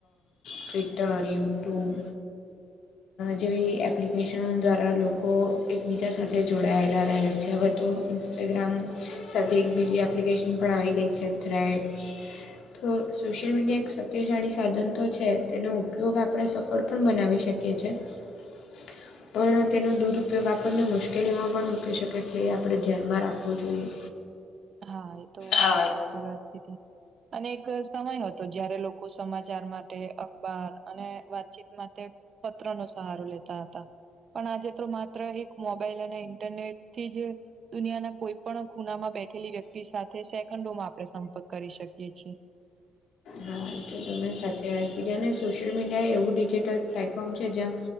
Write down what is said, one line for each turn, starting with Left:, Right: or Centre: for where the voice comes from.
Left: ટ્વિટર યુટ્યુબ જેવી એપ્લિકેશનો દ્વારા લોકો એકબીજા સાથે જોડાયેલા રહે છે હવે તો ઇન્સ્ટાગ્રામ સાથે એક બીજી એપ્લિકેશન પણ આવી ગઈ છે થ્રેટસ તો સોશ્યલ મીડિયા સત્યશાળી સાધન તો છે તેનો ઉપયોગ આપણે સફળ પણ બનાવી શકીએ છે. <inaudible> <unintelligible> પણ તેનો દુરઉપયોગ આપણને મુશ્કેલીમાં પણ મૂકી શકે છે એ આપણે ધ્યાનમાં રાખવું જોઈએ.
Right: હા એ તો તમે
Left: હા
Right: સાચી વાત કીધી અને એક સમય હતો જયારે લોકો સમાચાર માટે અખબાર અને વાતચીત માટે પત્ર નો સહારો લેતા હતા પણ આજે તો માત્ર એક મોબાઈલ અને ઇન્ટરનેટથી જ દુનિયાના કોઈ પણ ખુનામાં બેઠેલી વ્યક્તિ સાથે સેકન્ડોમાં આપણે સંપર્ક કરી શકીએ છીએ
Left: હા એ તો તમે સાચી વાત કીધ અને સોશિયલ મીડિયા એવું ડિજિટલ પ્લેટફોર્મ છે જ્યાં